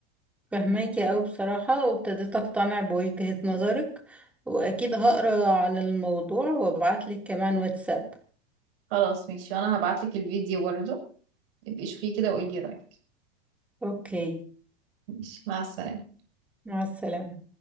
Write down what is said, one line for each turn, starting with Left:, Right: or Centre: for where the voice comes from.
Centre: فهماكي اوي بصراحة وابتديت اقتنع بوجهة نظرك واكيد هقرا عن الموضوع وابعتلك كمان واتساب
Right: خلاص ماشي وانا هبعت لك الفيديو برضه يبقي شوفيه كده وقولي رايك
Centre: اوكي
Right: ماشي مع السلامه
Centre: مع السلامة